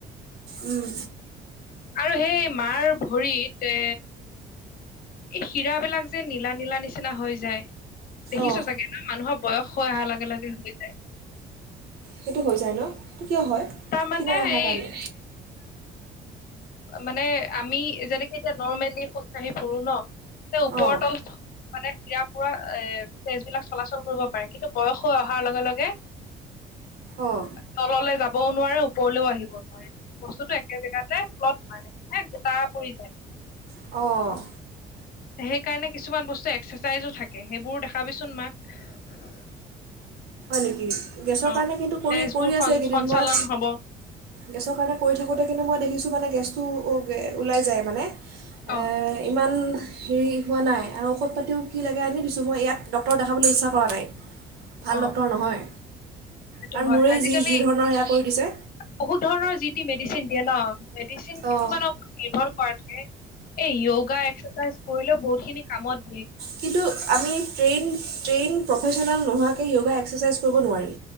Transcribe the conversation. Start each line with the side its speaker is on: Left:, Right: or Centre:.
Right: উম।
Left: আৰু সেই মাৰ ভৰিতে এই সিৰাবিলাক যে, নীলা, নীলা নিচিনা হৈ যায়। দেখিছ
Right: অঁ
Left: চাগে ন? মানুহৰ বয়স হৈ অহা লগে, লগে হৈ যায়।
Right: সেইটো হৈ যায় ন? কিয় হয়
Left: তাৰ মানে
Right: খীণাই অহাৰ
Left: এই
Right: কাৰণে
Left: মানে আমি যেনেকে এতিয়া নৰ্মেলি খোজকাঢ়ি ফুৰো ন এ ওপৰতৰ
Right: অঁ
Left: মানে ইযাৰপৰা পুৰা এ বেজবলাক চলাচল কৰিব পাৰে কিন্তু বয়স হৈ অহাৰ লগে লগে
Right: অঁ
Left: তললে যাব যাবও নোৱাৰে ওপৰলেও আহিব নোৱাৰে বস্তুটো একে জেগাতে ফুলত ফেন গোটা পৰি যায়।
Right: অঁ।
Left: সেই কাৰণে কিছুমান বস্তু এক্সা চাইজো থাকে, সেইবোৰো দেখা। ভাবিচোন মাক।
Right: থিগী। গেছৰ
Left: অ
Right: কাৰণে কিন্তু কৰি
Left: তেজবোৰ
Right: কৰি
Left: সন
Right: আছে এইকেইদিন,
Left: সঞ্চালন
Right: মই
Left: হব
Right: গেছৰ কাৰণে কৰি থাকোঁতে কিন্তু মই দেখিছোঁ মানে। গেছটো ওলাই যায় মানে।
Left: অ
Right: এ ইমান। হেৰি হোৱা নাই আৰু ঔষধ পাতিও কি লাগে আনি দিছোঁ, মই ইয়াত ডক্টৰক দেখাবলৈ ইচ্ছা কৰা নাই। ভাল
Left: অ
Right: ডক্টৰ নহয়
Left: সেইটো
Right: কাৰণ
Left: হয়
Right: মোৰেই
Left: আজিকালি
Right: যি যি ধৰণৰ সেয়া কৰি দিছে
Left: বহুত ধৰণৰ যি। তি মেডিচিন দিয়ে ন। মেডিচেন কিছুমানক
Right: অঁ
Left: নিভৰ। কৰাতকে এই ইয়গা এক্সাচাইজ কৰিলেও বহুত খিনি কামত।
Right: কিন্তু আমি ট্ৰেইন। ট্ৰেইন প্ৰফেচনেল নোহোৱাকে এক্সাচাইজ কৰিব নোৱাৰি।